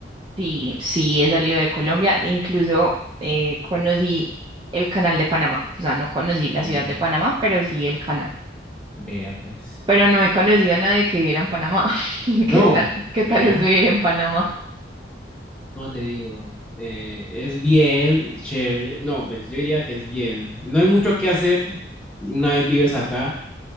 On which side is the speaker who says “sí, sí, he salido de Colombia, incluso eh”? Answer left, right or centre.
Right